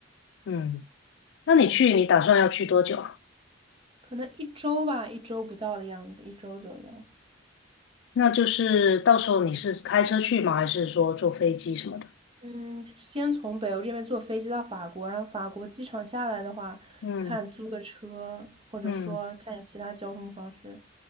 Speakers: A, on the left (about 65°); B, on the right (about 30°).
A: 嗯，那你去，
B: 想想去，
A: 你打算要去多久啊？
B: 可能一周吧，一周不到的样子，一周左右。
A: 那就是到时候你是开车去吗？还是说坐飞机什么的？
B: 嗯，先从北欧这边坐飞机到法国，然后法国机场下来的话，
A: 嗯
B: 看租个车，或者说看有其他交通方式。
A: 嗯